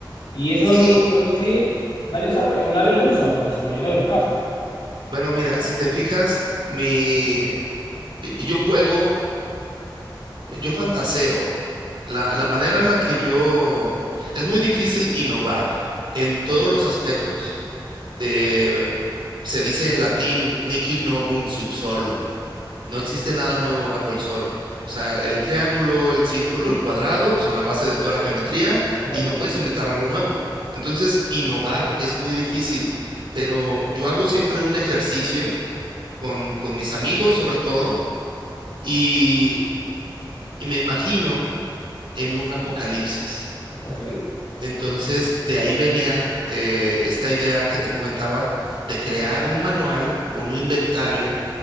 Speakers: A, on the left; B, on the right.
A: Y eso
B: Sí,
A: es algo que nadie sabe o nadie lo usa, en su mayoría de los casos.
B: bueno, mira, si te fijas, mi, yo juego, yo fantaseo. La, la manera en la que yo... Es muy difícil innovar en todos los aspectos. Eh, se dice en latín, niki novum sub solum No existe nada nuevo bajo el sol. O sea, el triángulo, el círculo,
A: ¿Mm?
B: el cuadrado son la base de toda la geometría
A: Totalmente.
B: y no puedes inventar algo nuevo. Entonces, innovar es muy difícil, pero yo hago siempre un ejercicio con, con mis amigos sobre todo y, y me imagino en un apocalipsis.
A: Ok,
B: Entonces, de ahí venía eh, esta idea que te comentaba de crear un manual o un inventario